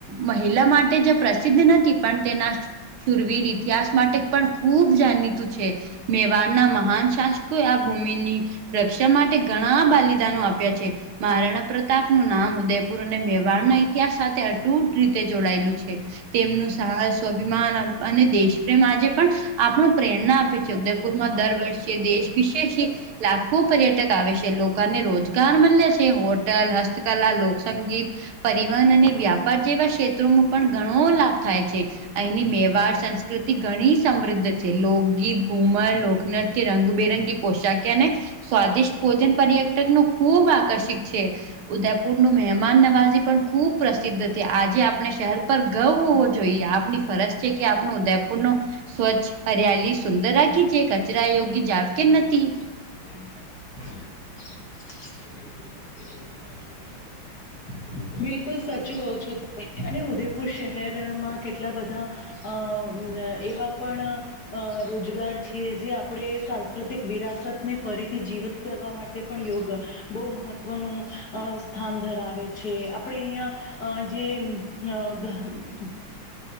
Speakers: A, on the right; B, on the left.
A: મહિલા માટે જે પ્રસિદ્ધ નથી પણ તેના શુરવીર ઇતિહાસ માટે પણ ખૂબ જાણીતું છે. મેવાડના મહાન શાસ્કો આ ભૂમિની રક્ષા માટે ઘણા બલિદાનો આપ્યા છે. માહારાણ પ્રતાપનું નામ ઉદયપુર અને મેવાડના ઇતિહાસ સાથે અટૂટ રીતે જોડાયેલું છે. તેમનું સાહસ સ્વાભિમાન અને દેશ પ્રેમ આજે પણ આપણું પ્રેરણા આપે છે. પુરમાં દર વર્ષે દેશ વિશેષી લાખો પર્યટક આવે છે લોકોને રોજગાર મલે છે. હોટલ હસ્તકલા લોકસંગીત પરિવહન અને વ્યાપાર જેવા ક્ષેત્રોનું પણ ઘણો લાભ થાય છે. અહીની મેવાડ સંસ્કૃતિ ઘણી સમૃદ્ધ છે. લોકગીત, ઘુમર, લોકનૃત્ય, રંગબેરંગી પોશાક અને સ્વાદિષ્ટ ભોજન પર્યટકનું ખૂબ આકર્ષિત છે. ઉદયપુરનું મહેમાન નવાજી પણ ખુબ પ્રસિદ્ધ હતી આજે આપણે શહેર પર ગર્વ હોવો જોઈએ. જોઈએ આપની ફરજ છે કે આપનો ઉદયપુર નો સ્વચ્છ હરિયાલી સુંદર રાખી છે કચરા યોગ્ય જાવ કે નથી.
B: <unintelligible> બિલકુલ સાચું કહ છો તમે અને ઉદયપુર શહેરમાં કેટલા બધા અ એવા પણ અ રોજગાર છે જે આપણે સાંસ્કૃતિક વિરાસતને ફરીથી જીવીત કરવા માટે પણ યોગ બહુ મહત્વનું સ્થાન અ ધરાવે છે. આપણેે અહિયાં અ જે અ